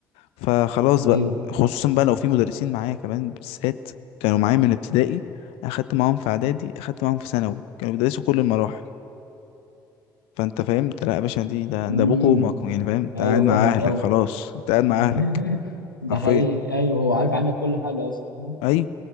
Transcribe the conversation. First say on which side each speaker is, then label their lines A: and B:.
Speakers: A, on the left (about 60°); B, on the left (about 90°).
A: فخلاص بقى
B: ايوه
A: خصوصا بقى لو في مدرسين معايا كمان بالذات كانوا معايا من ابتدائي اخدت معاهم في اعدادي اخدت معاهم في ثانوي كانوا بيدرسوا كل المراحل فانت فهمت لا يا باشا دي ده ده
B: امم
A: ابوك وامك يعني فاهم انت
B: ايوه
A: قاعد مع
B: فاهمك
A: اهلك
B: قوي
A: خلاص انت قاعد مع
B: <laughs>
A: اهلك
B: ده
A: حرفيا
B: حقيقي ايوه هو عارف عنك كل حاجه اصلا
A: ايوه